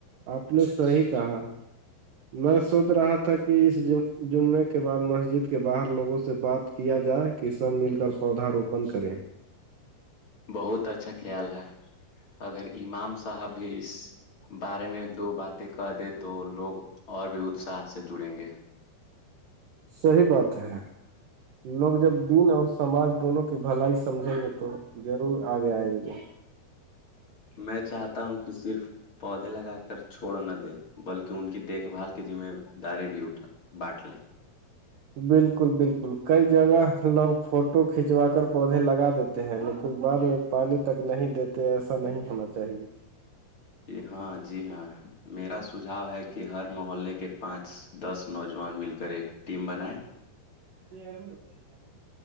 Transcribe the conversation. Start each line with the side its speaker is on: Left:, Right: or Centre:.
Right: آپ نے صحی کہا میں سوچ رہا تھا کہ کہ اس جمے کے بعد مسجد کے باہر لوگوں سے بات کیا جائے کہ سب مل کر پودا روپن کریں
Left: بہت اچھا خیال ہے اگر امام صاحب بھی اس بارے میں دو باتیں کہہ دے تو لوگ اور بھی اتساہ سے جڑیں گے
Right: صحی بات ہے لوگ جب دن اور سماج دونوں کی بھلائی سمجھیں گے تو ضرور آ گے آئیے گے
Left: میں چاہتا ہوں کہ صرف پودے لگا کر چھوڑ نہ دیں بلکہ ان کی دیکھ بھال میں دار بھی اٹھا بانٹ لیں
Right: بالکل بالکل کئی جگہ لوگ فوٹو کھنچوا کر پودے لگا دیتے ہیں لیکن بعد میں پانی تک نہیں دیتے ایسا نہیں ہونا چاہیے
Left: جی ہاں جی ہاں میرا سجاؤ ہے کہ ہر محلے کے پانچ دس نوجوان مل کر ایک ٹیم بنائے
Right: آ بتا